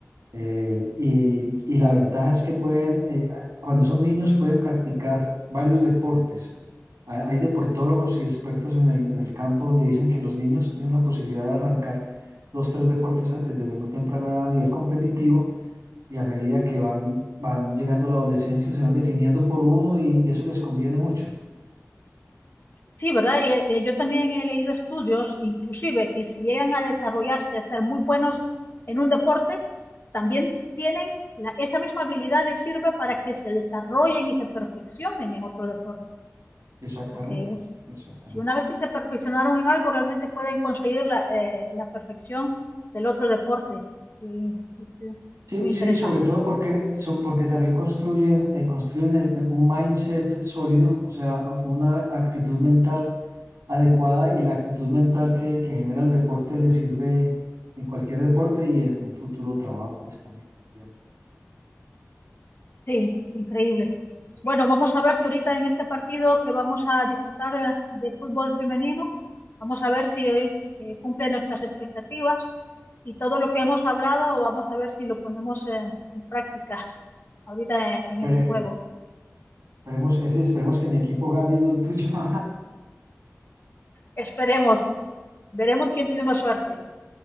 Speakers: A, on the right; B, on the left.
A: Eh, y, y la ventaja es que pueden, eh, a- cuando son niños, pueden practicar varios deportes. Ha- Hay deportólogos y expertos en el, en el campo donde dicen que los niños tienen la posibilidad de arrancar dos, tres deportes eh, desde muy temprana edad a nivel competitivo y a medida que van, van llegando a la adolescencia se van definiendo por uno y, y eso les conviene mucho.
B: Sí, ¿verdad? Eh, eh, yo también he leído estudios, inclusive, que si llegan a desarrollarse, a ser muy buenos en un deporte, también tienen la- esa misma habilidad les sirve para que se desarrollen y se perfeccionen en otro deporte.
A: Exactamente,
B: Porque u-
A: exactamente.
B: si una vez que se perfeccionaron en algo, realmente pueden conseguir la, eh, la perfección del otro deporte. Sí, sí, sí,
A: Sí,
B: muy interesante.
A: sí, sobre todo porque, so- porque también construyen, eh, construyen el- un mindset sólido, o sea, una actitud mental adecuada y la actitud mental que, que genera el deporte le sirve en cualquier deporte y en un futuro trabajo, pues también. obviamente.
B: Sí, increíble. Bueno, vamos a ver si ahorita en este partido que vamos a disfrutar eh, de fútbol femenino, vamos a ver si hoy eh, cumple nuestras expectativas y todo lo que hemos hablado, vamos a ver si lo ponemos eh, en práctica ahorita eh, en
A: Espere-
B: este juego.
A: esperemos que sí, esperemos que mi equipo gane y no el tuyo. <laughs>
B: Esperemos, veremos quién tiene más suerte.